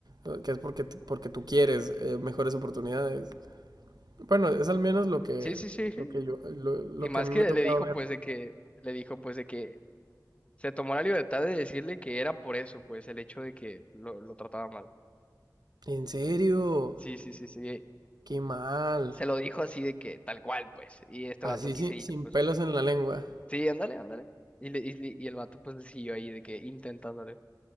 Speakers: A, on the right; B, on the left.
A: eh, que es porque, t- porque tú quieres eh, mejores oportunidades. Bueno, es al menos lo que,
B: Sí, sí, sí, sí.
A: lo que yo, lo, lo
B: Y más
A: que a mí me
B: que
A: ha tocado
B: le dijo,
A: ver.
B: pues, de que, le dijo, pues, de que se tomó la libertad de decirle que era por eso, pues, el hecho de que lo, lo trataba mal.
A: En serio,
B: Sí, sí, sí, sí.
A: qué mal.
B: Se lo dijo así de que tal cual, pues. Y este
A: Así
B: vato quise
A: sin,
B: ir,
A: sin
B: pues.
A: pelos en la lengua.
B: Sí, ándale, ándale. Y, le- y, le- y el vato, pues, le siguió ahí de que intentándole.